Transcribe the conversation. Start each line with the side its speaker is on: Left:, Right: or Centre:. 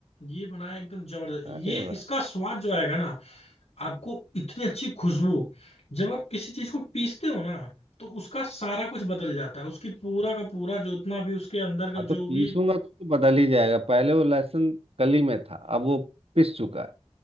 Left: ये बनाया है एकदम जबरदस्त ये
Right: अरे वाह
Left: इसका स्वाद जो आएगा ना आपको इतनी अच्छी खुशबू जब आप किसी चीज को पीसते हो ना तो उसका सारा कुछ बदल जाता है उसकी पूरा का पूरा जो उतना भी उसके अंदर का
Right: हाँ तो
Left: जो
Right: पीसूंगा
Left: भी
Right: तो, तो बदल ही जाएगा पहले वो लहसुन कली में था अब वो पिस चुका है